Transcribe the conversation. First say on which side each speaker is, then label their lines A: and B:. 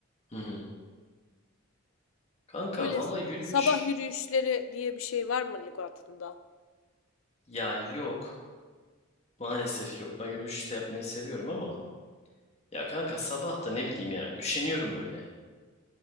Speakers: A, on the left (about 30°); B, on the left (about 70°).
A: Hı hı. Kanka
B: Böyle
A: valla yürüyüş
B: sabah yürüyüşleri diye bir şey var mı lügatında?
A: ya yok. Maalesef yok. Ben yürüyüş de yapmayı seviyorum ama ya kanka sabah da ne bileyim ya üşeniyorum böyle.